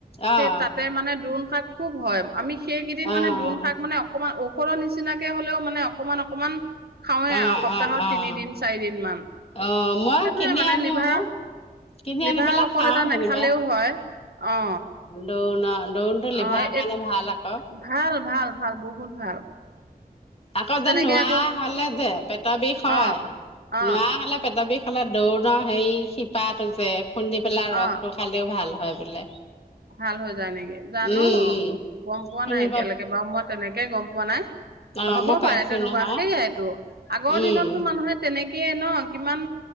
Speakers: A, on the left; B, on the right.
A: অ',
B: সেই তাতে মানে দোণ শাক খুব হয় আমি। সেইকেইদিন
A: অ',
B: মানে দোন শাক মানে অকণমান ঔষধৰ নিচিনাকে হলেও মানে অকমান অকণমান খাওঁৱে
A: অ', অ',
B: আও সপ্তাহত
A: অ', অ',
B: তিনিদিন-চাৰিদিন মান।
A: অ', মই
B: সেইটোয়ে
A: কিনি
B: মানে
A: আনো
B: লিভাৰৰ
A: কিনি
B: লিভাৰৰ
A: আনি পেলাই
B: ঔষধ
A: খাওঁ
B: এটা
A: যেনিবা
B: নাখালেও হয় অ
A: দোন অ দোনটো লিভাৰৰ
B: অ
A: কাৰণে
B: এই
A: ভাল শাক
B: ভাল ভাল ভাল বহুত ভাল।
A: আকৌ
B: তেনেকে
A: যে নোৱা
B: আকৌ
A: হলে যে পেটৰ বিষ হয়
B: অ অ
A: নোৱা হলে পেটৰ বিষ এইফালে দোন হেৰি শিপাটো যে খুন্দি পেলাই ৰসটো
B: অ
A: খালেও ভাল হয় বোলে।
B: ভাল হৈ যায় নেকি জানো
A: উম উম
B: গম পোৱা
A: শুনিব
B: নাই এতিয়ালৈকে বাৰু মই তেনেক কে গম পোৱা নাই,
A: অ
B: হ'ব
A: মই পাইছো
B: পাৰে তেনেকুৱা
A: নহয়
B: সেইয়াইতো আগৰ
A: উম
B: দিনতটো মানুহে তেনে এনেকে ন কিমান